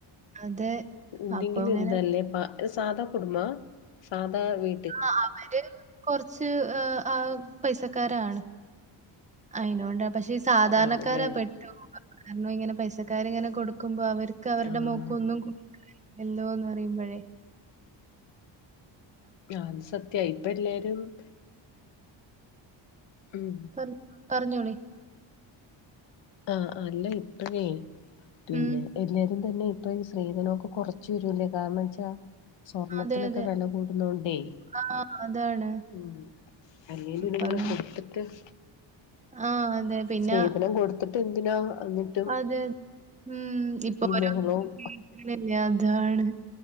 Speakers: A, on the right; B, on the left.
A: അതെ
B: എന്തെങ്കിലും
A: അപ്പൊ അങ്ങനെ
B: എന്തല്ലേ പ സാധാ കുടുംബ സാധാ വീ
A: ആഹ് അവര് കൊറച്ച് ആഹ് പൈസക്കാരാണ് അയിനോണ്ട പക്ഷെ ഈ സാധാരണക്കാരാ
B: ആണല്ലേ
A: പെട്ടോകുന്നത് കാരണം ഇങ്ങനെ പൈസക്കർ ഇങ്ങനെ കൊടുക്കുമ്പോ അവർക്ക് അവരുടെ
B: ആഹ്
A: മോക്ക് ഒന്നും എന്തുവാന്ന് അറിയുമ്പോഴയെ
B: അത് സത്യ ഇപ്പൊ എല്ലാരും- ഉം
A: പറ പറഞ്ഞോളി
B: ആഹ് അല്ല ഇപ്പഴേ പിന്നെ-
A: ഉം
B: എല്ലാരും തന്നെ ഇപ്പൊ ഈ സ്ത്രീധനമൊക്കെ കൊറച്ച് വരൂല്ലേ കാരണന്ന് വെച്ചാ- സ്വർണത്തിനൊക്കെ
A: അതെ അതെ
B: വെല കൂടുന്നണ്ടേ
A: ആ അതാണ്
B: ഉം അല്ലേലും
A: അപ്പൊ
B: ഇത് ഇങ്ങനെ
A: അങ്ങനെ
B: കൊടുത്തിട്ട് -
A: ആ അതെ പിന്നെ
B: സ്ത്രീധനം കൊടുത്തിട്ട് എന്തിനാ അത് -
A: അതെ ഉം ഇപ്പൊ ഒര
B: ബഹളവും
A: <unintelligible> അതാണ്